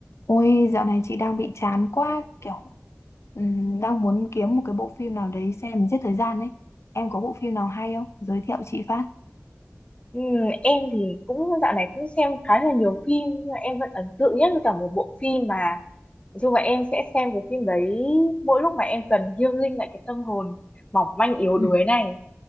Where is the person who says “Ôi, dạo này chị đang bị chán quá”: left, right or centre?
Left